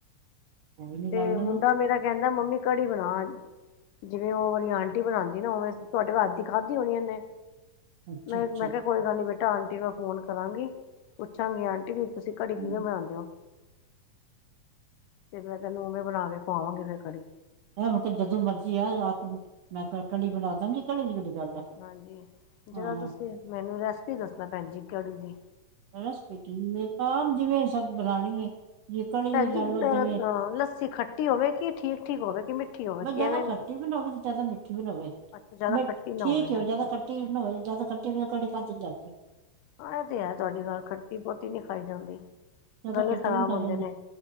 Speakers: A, on the right (about 70°); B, on the left (about 75°).
A: ਕੋਈ ਨੀ
B: ਤੇ
A: ਲੈ ਲੈਣਾ
B: ਮੁੰਡਾ ਮੇਰਾ ਕਹਿੰਦਾ ਦਾ ਮੰਮੀ ਕੜੀ ਬਣਾ ਅੱਜ ਜਿਵੇਂ ਉਹ ਵਾਲੀ ਆਂਟੀ ਬਣਾਉਂਦੀ ਉਵੇਂ ਤੁਹਾਡੇ ਹੱਥ ਦੀ ਖਾਧੀ ਹੋਣੀ ਉਹਨੇ
A: ਅੱਛਾ
B: ਮੈਂ
A: ਅੱਛਾ
B: -ਮੈਂ ਕਿਹਾ ਕੋਈ ਗੱਲ ਨੀ ਬੇਟਾ ਆਂਟੀ ਮੈਂ ਫੋਨ ਕਰਾਂਗੀ ਪੁੱਛਾਂਗੀ ਆਂਟੀ ਤੁਸੀਂ ਕੜੀ
A: ਹੂੰ
B: ਕਿਵੇਂ ਬਣਾਉਂਦੇ ਹੋ? ਤੇ ਮੈਂ ਤੈਨੂੰ ਉਵੇਂ ਬਣਾ ਕੇ ਖਵਾਵਾਂਗੀ ਫੇਰ ਕੜੀ
A: ਇਹ ਹੁਣ ਤੇ ਜਦੋਂ ਮਰਜ਼ੀ ਆ ਆ ਕੇ ਮੈਂ ਕੜੀ ਬਣਾ ਦਾਂਗੀ ਕੜੀ ਦੀ ਗੱਲ ਆ
B: ਹਾਂਜੀ ਜਿਹੜਾ
A: ਹਾਂ
B: ਤੁਸੀਂ ਮੈਨੂੰ ਰੈਸਪੀ ਦੱਸਣਾ ਪੈਣ ਜ ਕੜੀ ਦੀ
A: ਬਸ ਹੈ ਤਾਂ ਜਿਵੇਂ ਸਭ ਬਣਾਣੀ ਏ। ਜੇ ਕੜੀ
B: ਭੈਣਜੀ
A: ਲੈ ਲਓ ਜਿਵੇਂ
B: ਲੱਸੀ ਖੱਟੀ ਹੋਵੇ ਕਿ ਠੀਕ ਠੀਕ ਹੋਵੇ ਕਿ ਮਿੱਠੀ ਹੋਵੇ
A: ਬਸ
B: ਕਿਵੇਂ
A: ਜ਼ਿਆਦਾ ਖੱਟੀ ਵੀ ਨਾ ਹੋਵੇ ਤੇ ਜਿਆਦਾ ਮਿੱਠੀ ਵੀ ਨ ਨਾ ਹੋਵੇ
B: ਅੱਛਾ ਜ਼ਿਆਦਾ
A: ਮ
B: ਖੱਟੀ ਨਾ
A: ਠੀਕ
B: ਹੋਵੇ
A: ਹੈ ਹੋ
B: ਅੱਛਾ
A: ਜਿਆਦਾ ਖੱਟੀ ਵੀ ਨਾ ਹੋਵੇ ਜਿਆਦਾ ਖੱਟੀ ਹੋਵੇ ਕੜੀ <unintelligible>
B: ਹ ਇਹ ਤੇ ਹੈ ਤੁਹਾਡੀ ਗੱਲ ਖੱਟੀ ਬੌਤੀ ਨੀ ਖਾਈ ਜਾਂਦੀ।
A: ਜ ਤਾਂ
B: ਗਲੇ
A: ਖੱਟੀ
B: ਖ਼ਰਾਬ
A: ਵੀ ਨੀ ਖਾਈ
B: ਹੁੰਦੇ
A: ਜਾਂਦੇ।
B: ਨੇ